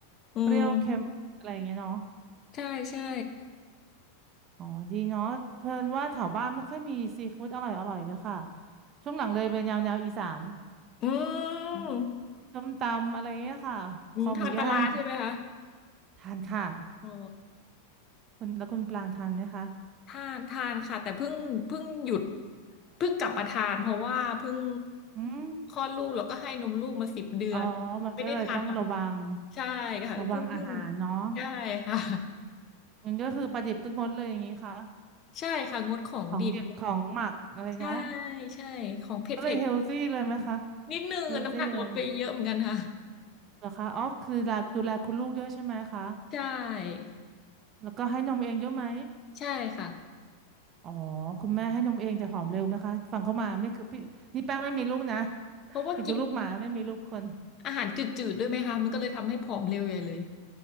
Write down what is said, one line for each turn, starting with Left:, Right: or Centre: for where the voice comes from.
Left: อืม
Right: เปรี้ยวเค็มอะไรอย่างเงี้ยเนาะ
Left: ใช่ใช่
Right: อ๋อดีเนาะเพิ่นว่าแถวบ้านไม่ค่อยมีซีฟู้ดอร่อยอร่อยเลยค่ะ ช่วงหลังเลยเป็นแนวแนวอีสาน
Left: อืม
Right: ส้มตำอะไรเงี้ยค่ะ
Left: อืมทานปลาร้าใช่ไหมคะ
Right: คอหมูย่างทานค่ะ
Left: อ๋อ
Right: คุณแล้วคุณปลางทานไหมคะ
Left: ทานทานค่ะแต่เพิ่งเพิ่งหยุดเพิ่งกลับมาทานเพราะว่าเพิ่ง
Right: อืม
Left: คลอดลูกแล้วก็ให้นมลูกมาสิบเดือน
Right: อ๋อมันก็เลยต้องระวัง
Left: ไม่ได้ทานมาใช่ค่ะเพิ่งเพิ่ง
Right: ระวังอาหารเนาะ
Left: ใช่ค่ะ
Right: งั้นก็คือปลาดิบก็งดเลยอย่างงี้ค่ะ
Left: ใช่ค่ะงดของดิบ
Right: ของดิบของหมักอะไรเนาะ
Left: ใช่ใช่ของเผ็ดเผ็ดด้วยค่ะ
Right: ก็เลยเฮลซี่เลยไหมคะ
Left: นิดนึงอะน้ำหนักลดไปเยอะเหมือนกันค่ะ
Right: เฮลซี่เลยเหรอคะอ๋อคือดูแลดูแลคุณลูกด้วยใช่ไหมคะ
Left: ใช่
Right: แล้วก็ให้นมเองด้วยอะไหม
Left: ใช่ค่ะ
Right: อ๋อคุณแม่ให้นมเองแต่หอมเร็วไหมคะฟังเขามาไม่คือพี่นี่แป้งไม่มีลูกนะ <laughs>
Left: เพราะว่ากิน
Right: เป็นแต่ลูกหมาไม่มีลูกคน
Left: อาหารจืดๆด้วยไหมคะมันก็เลยทำให้ผอมเร็วใหญ่เลย